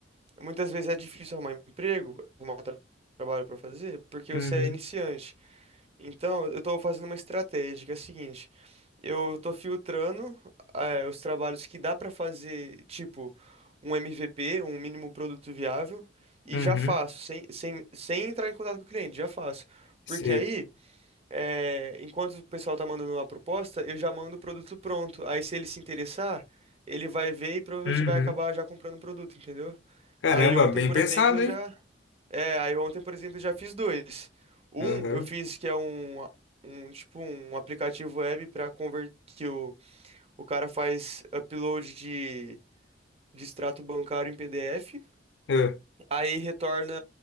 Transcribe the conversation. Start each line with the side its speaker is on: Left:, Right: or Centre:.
Right: muitas vezes é difícil arrumar emprego, arrumar tra- trabalho para fazer, porque
Left: uhum,
Right: você é iniciante. Então, eu tô fazendo uma estratégia que é a seguinte: eu tô filtrando, é, os trabalhos que dá para fazer, tipo um MVP, um mínimo produto viável, e
Left: uhum.
Right: já faço, sem, sem, sem entrar em contato com o cliente, já faço.
Left: Sei.
Right: Porque aí é, enquanto o pessoal tá mandando uma proposta, eu já mando o produto pronto. Aí se ele se interessar, ele vai ver e provavelmente
Left: Uhum.
Right: vai acabar já comprando o produto, entendeu?
Left: Caramba,
Right: Aí ontem,
Left: bem
Right: por
Left: pensado,
Right: exemplo, eu
Left: hein?
Right: já. É, aí ontem, por exemplo, eu já fiz dois. Um
Left: Aham.
Right: eu fiz que é um, um tipo um aplicativo web para converter que o, o cara faz upload de, de extrato bancário em PDF,
Left: ah,
Right: aí retorna